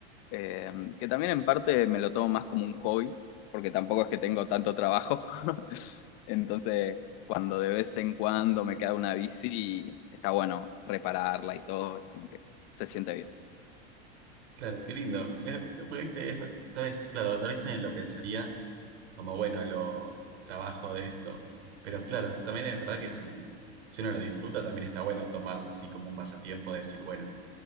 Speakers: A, on the left; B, on the right.
A: eh, que también en parte me lo tomo más como un hobby, porque tampoco es que tengo tanto trabajo. <laughs> Entonces, cuando de vez en cuando me queda una bici, está bueno repararla y todo, es como que se siente bien.
B: Claro, qué lindo. Eh, porque, viste, es- tal vez, claro, tal vez alguien lo pensaría como, bueno, lo trabajo de esto. Pero claro, también es verdad que si, si uno lo disfruta, también está bueno tomarlo así como un pasatiempo, de decir, bueno,